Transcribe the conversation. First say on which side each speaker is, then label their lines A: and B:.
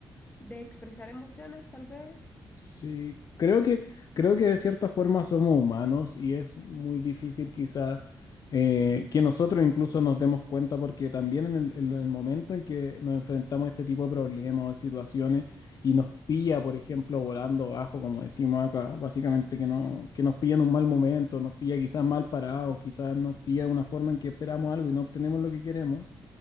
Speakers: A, on the left; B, on the left.
A: de expresar emociones, tal vez.
B: Sí, creo que, creo que de cierta forma somos humanos y es muy difícil quizás eh, que nosotros incluso nos demos cuenta porque también en el, en el momento en que nos enfrentamos a este tipo de problemas o de situaciones y nos pilla, por ejemplo, volando bajo, como decimos acá, básicamente que, no, que nos pilla en un mal momento, nos pilla quizás mal parados, quizás nos pilla de una forma en que esperamos algo y no obtenemos lo que queremos,